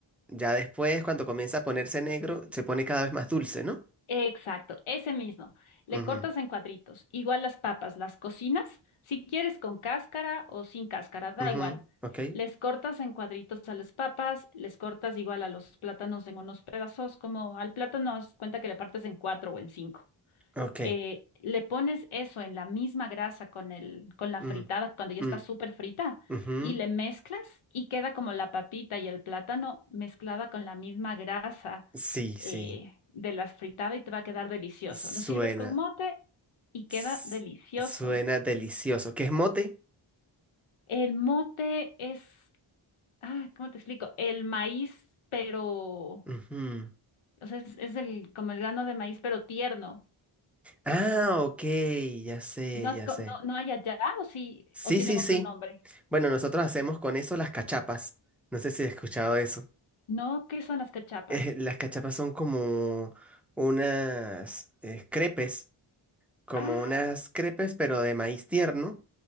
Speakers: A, in the centre; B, on the left.
A: ya después, cuando comienza a ponerse negro, se pone cada vez más dulce, ¿no?
B: Exacto, ese mismo. Le
A: Ujú,
B: cortas en cuadritos. Igual las papas, las cocinas, si quieres con cáscara o sin cáscara, da
A: ujú,
B: igual.
A: Ok,
B: Les cortas en cuadritos a las papas, les cortas igual a los plátanos en unos pedazos, como al plátano haz cuenta que le partes en cuatro o en cinco.
A: ok.
B: eh, le pones eso en la misma grasa con el, con la
A: mm,
B: fritada cuando ya
A: mm,
B: está súper frita
A: ujú,
B: y le mezclas y queda como la papita y el plátano mezclada con la misma grasa
A: Sí, sí.
B: eh, de las fritadas y te va a quedar delicioso.
A: Suena.
B: Lo sirves con mote y queda
A: s-
B: delicioso.
A: Suena delicioso. ¿Qué es mote?
B: El mote es, ah, ¿cómo te explico? El maíz, pero, o
A: Ujú.
B: sea, es, es el, como el grano de maíz, pero tierno.
A: Ah, ok, ya sé,
B: No,
A: ya
B: es co-
A: sé.
B: no, no hay allá o sí,
A: Sí,
B: o tienen
A: sí,
B: otro
A: sí.
B: nombre.
A: Bueno, nosotros hacemos con eso las cachapas. No sé si has escuchado eso. <laughs>
B: No, ¿qué son las cachapas?
A: Eh, las cachapas son como unas eh, crepes como
B: Ah,
A: unas crepes, pero de maíz tierno,